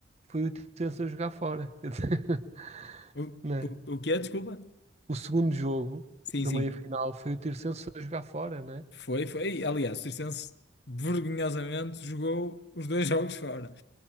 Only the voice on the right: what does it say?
foi o Tirsense a jogar fora. <laughs>
Né?
O segundo jogo
da
meia-final foi o Tirsenso a jogar fora, né?